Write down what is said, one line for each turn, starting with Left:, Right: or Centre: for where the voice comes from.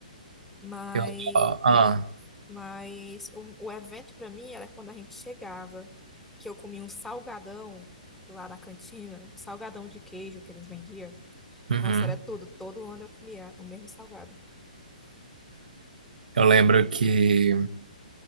Centre: mas,
Right: Eu, ah,
Centre: mas o, o evento pra mim era quando a gente chegava, que eu comia um salgadão lá na cantina, um salgadão de queijo que eles vendiam.
Right: uhum.
Centre: Nossa, era tudo, todo ano eu comia o mesmo salgado.
Right: Eu lembro que.